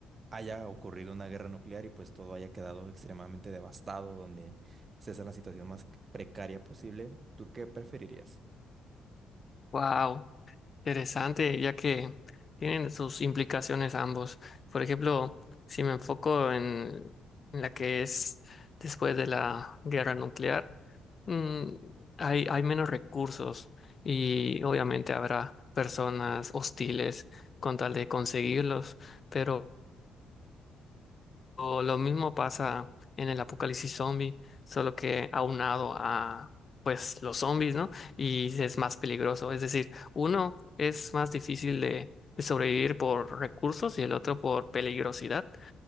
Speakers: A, on the right (about 40°); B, on the left (about 40°).
A: haya ocurrido una guerra nuclear y pues todo haya quedado extremadamente devastado, donde estés en la situación más precaria posible, ¿tú qué preferirías?
B: Wow, interesante, ya que tienen sus implicaciones ambos. Por ejemplo, si me enfoco en, en la que es después de la guerra nuclear, mm, hay, hay menos recursos y obviamente habrá personas hostiles con tal de conseguirlos, pero O Lo mismo pasa en el apocalipsis zombie, solo que aunado a pues los zombies, ¿no? Y es más peligroso. Es decir, uno es más difícil de, de sobrevivir por recursos y el otro por peligrosidad.